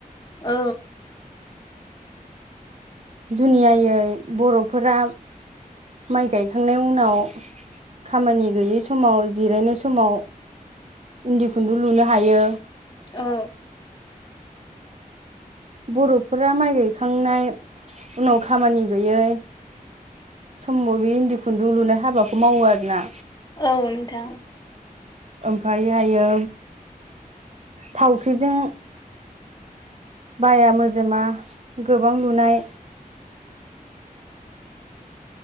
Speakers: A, on the left (about 30°); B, on the right (about 50°).
A: औ।
B: जुनियायै बर'फोरा माइ गायखांनायनि उनाव खामानि गैयै समाव जिरायनाय समाव इन्दि खुन्दुं लुनो हायो
A: औ।
B: बर'फोरा माइ गायखांनाय उनाव खामानि गैयै समाव बे इन्दि खुन्दुं लुनाय हाबाखौ मावो आरोोना
A: औ नोंथां।
B: ओमायहायो थावख्रिजों बाया मोजोमा गोबां लुनाय